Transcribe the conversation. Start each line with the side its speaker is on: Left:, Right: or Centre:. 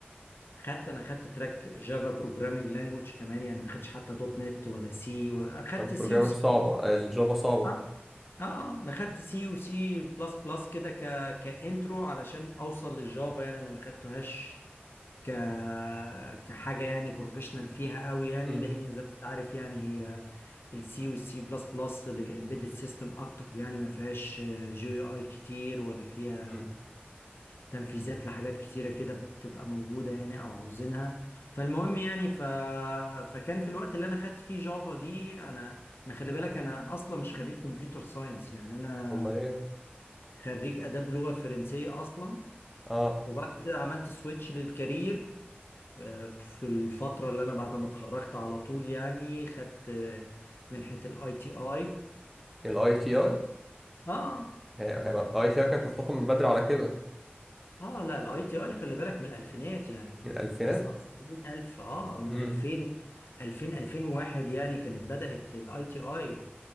Left: خدت أنا خدت تراك جافا بروجرامينج لانجوج كمان يعني ما خدتش حتى دوت نت ولا سي خدت
Centre: البروجرامينج
Left: سي وسي
Centre: صعبه الجافا صعبه
Left: اه آه، انا خدت سي وسي بلس بلس كده ك كانترو علشان اوصل للجافا يعني انا ما خدتهاش ك كحاجه يعني بروفيشنال فيها قوي يعني
Centre: امم
Left: لان زي ما انت عارف يعني هي السي والسي بلس بلس للامبيدد سيستم اكتر يعني ما فيهاش جي يو اي كتير ولا فيها
Centre: امم
Left: تنفيذات لحاجات كتيره كده بتبقى موجوده يعني او عاوزينها فالمهم يعني ف... فكان في الوقت اللي انا خدت فيه جافا دي انا انا خلي بالك انا اصلا مش خريج كمبيوتر ساينس يعني انا
Centre: امال ايه
Left: خريج اداب لغه فرنسيه اصلا
Centre: اه
Left: وبعد كده عملت سويتش للكارير في الفترة اللي أنا بعد ما اتخرجت على طول يعني خدت منحة الاي تي اي
Centre: الاي تي اي
Left: اه
Centre: هيبقى اي تي اي كانت مفتوحه من بدري على كده
Left: اه لا الاي تي اي خلي بالك من الألفينات يعني من
Centre: من الالفينات
Left: 99000 اه من
Centre: امم
Left: 2000 2000 2001 يعني كانت بدأت الاي تي اي